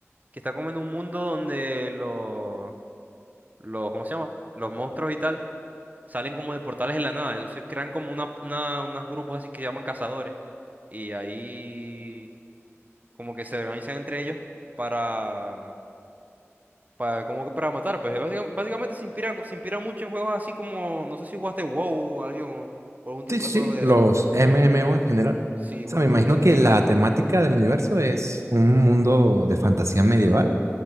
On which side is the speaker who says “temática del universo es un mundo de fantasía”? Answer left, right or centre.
Right